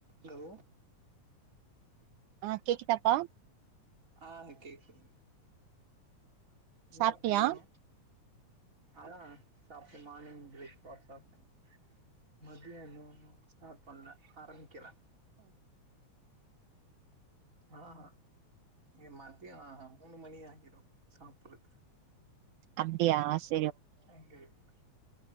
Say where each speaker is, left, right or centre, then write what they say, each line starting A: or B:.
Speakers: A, on the right; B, on the right.
A: Hello
B: ஆ கேக்குதாப்பா
A: அ கேக்குதுங்க இன்ன
B: சாப்ட்டியா
A: பண்றீங்க அதா சாப்டேன் மார்னிங் பிரேக் பாஸ்ட் சாப்டே மதியானோ ஸ்டாட் பண்ணல ஆரம்பிக்கல அஹா இங்க மத்தியோ மூணு அ மணி ஆகிரு சாப்புட்றதுக்கு
B: அப்டியா சே
A: எங்க வீட்ல